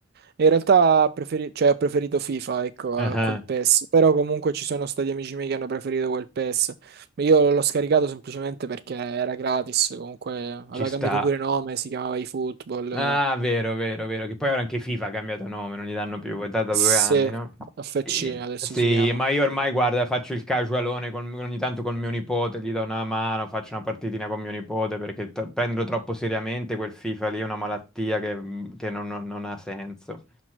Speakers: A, on the right; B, in the centre.
A: in realtà preferi- cioè, ho preferito FIFA, ecco,
B: Ah,
A: a quel PES. Però comunque ci sono stati amici miei che hanno preferito quel PES. Ma Io l'ho scaricato semplicemente perché era gratis, comunque aveva
B: Ci sta.
A: cambiato pure nome, si chiamava eFootball.
B: Ah, vero, vero, vero. Che poi ora anche FIFA ha cambiato nome, non gli danno più, è da due
A: Sì,
B: anni, no?
A: FC
B: Eh,
A: adesso
B: Sì,
A: si chiama.
B: ma io ormai, guarda, faccio il casualone con- ogni tanto con mio nipote, gli do una mano, faccio una partitina con mio nipote perché t- prendo troppo seriamente quel FIFA lì, è una malattia che, mhmm, che non, non- non ha senso.